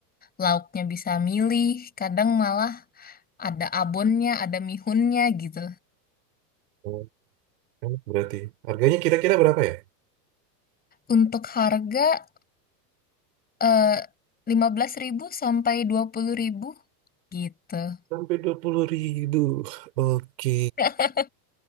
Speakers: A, on the left; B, on the right.
A: lauknya bisa milih, kadang malah ada abonnya, ada mihunnya gitu.
B: Oh, enak berarti. Harganya kira-kira berapa ya?
A: Untuk harga eh, lima belas ribu sampai dua puluh ribu gitu.
B: Sampai 20 ribu. Oke.
A: <laughs>